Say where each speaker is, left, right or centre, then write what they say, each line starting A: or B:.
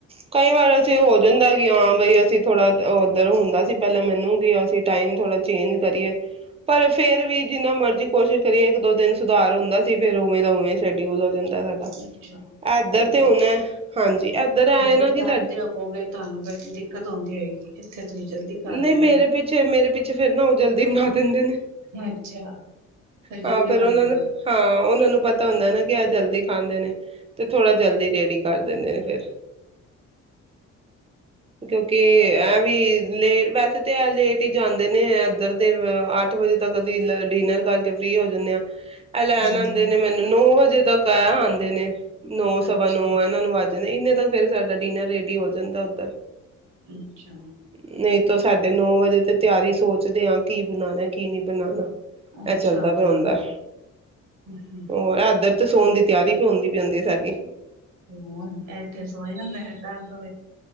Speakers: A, on the right; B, on the right.
A: ਕਈ ਵਾਰ ਅਸੀਂ ਹੋ ਜਾਂਦਾ ਕਿ ਹਾਂ ਬਈ ਅਸੀਂ ਥੋੜ੍ਹਾ ਉੱਧਰ ਹੁੰਦਾ ਸੀ ਪਹਿਲਾਂ ਮੈਨੂੰ ਕਿ ਅਸੀਂ ਟਾਈਮ ਥੋੜ੍ਹਾ ਚੇਂਜ ਕਰੀਏ ਪਰ ਫੇਿਰ ਵੀ ਜਿੰਨਾ ਮਰਜ਼ੀ ਕੋਸ਼ਿਸ਼ ਕਰੀਏ ਇੱਕ ਦੋ ਦਿਨ ਸੁਧਾਰ ਹੁੰਦਾ ਸੀ ਫਿਰ ਉਵੇਂ ਦਾ ਉਵੇਂ ਸ਼ਡਿਊਲ ਹੋ ਜਾਂਦਾ ਸਾਡਾ
B: ਅੱਛਾ
A: ਇੱਧਰ
B: ਤੇ
A: ਹੁਣ ਹਾਂਜੀ ਇੱਧਰ ਆਏ
B: ਉੱਧਰ
A: ਨਾ ਕਿ
B: ਜਾਂਦੇ
A: ਸਾਡ
B: ਹੋੋਗੇ ਤੁਹਾਨੂੰ ਫ ਦਿੱਕਤ ਉਂਦੀ ਹੋਏਗੀ ਇੱਥੇ ਤੁਸੀਂ ਜਲਦੀ ਖਾ
A: ਨਹੀਂ
B: ਲੈਂਦੇ
A: ਮੇਰੇ ਪਿੱਛੇ ਮੇਰੇ ਪਿੱਛੇ ਫੇਿਰ ਨਾ ਉਹ ਜਲਦੀ ਦੇਵਨਾਥ ਦਿੰਦੇ ਨੇ
B: ਹੋ ਅੱਛਾ ਜਲਦੀ
A: ਹਾਂ ਫਿਰ
B: ਬਣ
A: ਉਹਨਾਂ
B: ਜਾਂਦੀ
A: ਨੂੰ ਹਾਂ ਉਹਨਾਂ ਨੂੰ ਪਤਾ ਹੁੰਦਾ ਨਾ ਕਿ ਅੱਜ ਜਲਦੀ ਖਾਂਦੇ ਨੇ ਤੇ ਥੋੜ੍ਹਾ ਜਲਦੀ ਰੇਡੀ ਕਰ ਦਿੰਦੇ ਨੇ ਫੇਿਰ ਕਿਉਕੀ ਏ ਐ ਵੀ ਲੇਟ ਵੈਸੇ ਤਾਂ ਇਹ ਲੇਟ ਹੀ ਜਾਂਦੇ ਨੇ ਇੱਧਰ ਤੇ ਅੱਠ ਵਜੇ ਤੱਕ ਅਸੀਂ ਡਿਨਰ ਕਰਕੇ ਫ੍ਰਰੀ ਹੋ ਜਾਂਦੇ ਹਾਂ ਐਲੈਾਨ
B: ਅੱਛਾ ਹੂੰ
A: ਆਉਂਦੇ ਨੇ ਮੈਨੂੰ ਨੋ ਜੇ ਤੱਕ ਆ ਆਉਂਦੇ ਨੇ ਨੌ ਸਵਾ
B: ਅੱਛਾ
A: ਨੌ ਇਹਨਾਂ ਨੂੰ ਵੱ ਇੰਨੇ ਤੱਕ ਫੇਿਰ ਸਾਡਾ ਡਿਨਰ ਰੇਡੀ ਹੋ ਜਾਂਦਾ ਉੱਧਰ
B: ਅੱਛਾ
A: ਨਹੀਂ ਤਾਂ ਸਾਡੇ ਨੌ ਵਜੇ ਤੇ ਤਿਆਰੀ ਸੋਚਦੇ ਹਾਂ ਕੀ ਬਣਾਉਣਾ ਕੀ ਨਹੀਂ ਬਣਾਉਣਾ
B: ਅੱਛਾ
A: ਇਹ ਚੱਲਦਾ ਪਿਆ ਹੋਂਦਾ
B: ਹੂੰ
A: ਹੋਰ ਇਧਰ ਤੇ ਸੋਣ ਦੀ ਤਿਆਰੀ ਵੀ ਹੁੰਦੀ ਹੁੰਦੀ ਸਾਡੀ
B: ਹਮ ਇੱਥੇ ਸੋ ਜਾਂਦਾ ਹੈ ਤਾਂ ਹੋ